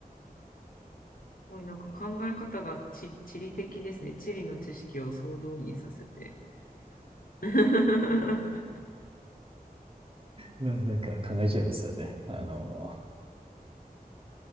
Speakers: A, on the left; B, on the right.
A: すごいなんか考え方がち地理的ですね。地理の知識を総動員させて。<laughs>
B: な、なんか考えちゃいますよね。あの、